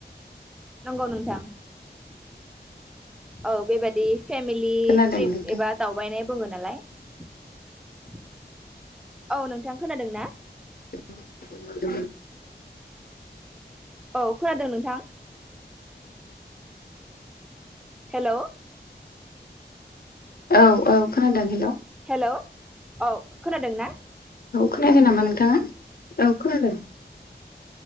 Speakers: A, in the centre; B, on the left.
A: नंगौ नोंथां औ बेबाददि फेमिलि
B: खोनादों
A: ट्रिप
B: नोंथां
A: एबा दावबायनाय बुङो नालाय औ नोंथां खोनादों ना
B: उ
A: औ खोनादों नोंथां। हेल'
B: औ औ खोनादों हेल'।
A: हेल' औ खोनादों ना?
B: औ खोनागोन नामा नोंथाङा? औ खोनादों।